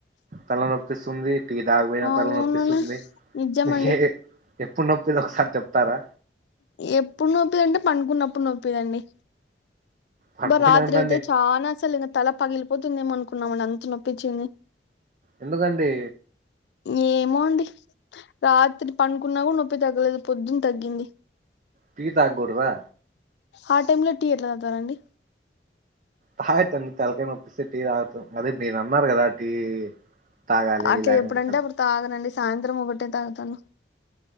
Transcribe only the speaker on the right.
తల నొప్పిస్తుంది టి తాగ పోయిన
తల నొప్పిస్తుంది
మిస <unintelligible> ఎప్పుడ్ నొప్పిదొ ఒకసారి చెప్తారా
పనుకునే
ఉండండి
ఎందుగండి
టీ తాగ్గుడ్దా
అహా తన్నీ తల్కాయ్ నొప్పిస్తే టీ తాగుతమ్ అదే మీరన్నార్ గదా టీ తాగాలి
లేకుంటే
తల్నొ